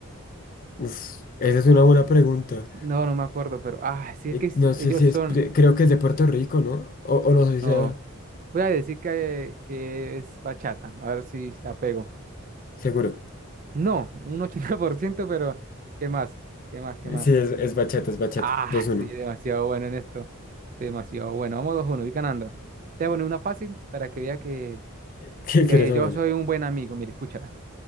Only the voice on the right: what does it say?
No,
no, no me acuerdo, pero ah, sí
es que es-
ellos
son.
No,
voy a decir que, que es bachata, a ver si la pego.
No, un 80%, <laughs> pero ¿qué más? ¿Qué más? ¿Qué
más?
Ah,
soy demasiado bueno en esto. Soy demasiado bueno. Vamos dos uno. voy ganando. Te voy a poner una fácil para que vea que,
que
yo soy un buen amigo. Mire, escúchala.